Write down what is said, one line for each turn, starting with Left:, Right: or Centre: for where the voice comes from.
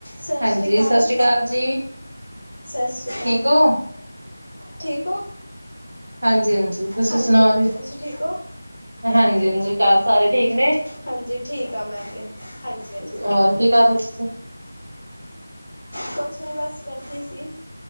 Left: ਸਤਿ
Right: ਹਾਂਜੀ,
Left: ਸ੍ਰੀ ਅਕਾਲ
Right: ਸਤਿ ਜੀ,
Left: ਸਤਿ ਸ੍ਰੀ ਅਕਾਲ
Right: ਠੀਕ ਹੋ?
Left: ਠੀਕ ਹੋ
Right: ਹਾਂਜੀ ਹਾਂਜੀ ਤੁਸੀਂ
Left: ਹਾਂਜੀ
Right: ਸੁਣਾਓ
Left: ਹਾਂਜੀ
Right: ਵੀ
Left: ਤੁਸੀਂ ਠੀਕ ਹੋ
Right: ਹਾਂਜੀ ਹਾਂਜੀ ਘਰ ਸਾਰੇ ਠੀਕ ਨੇ
Left: ਹਾਂਜੀ ਠੀਕ ਹ ਮੈਂ ਵੀ ਹਾਂਜੀ ਹਾਂਜੀ
Right: ਹੋਰ ਕੀ ਕਰ ਰਹੇ ਸੀ ਤੁਸੀਂ?
Left: ਕੁਛ ਨੀ ਬਸ ਬੈਠੀ ਸੀ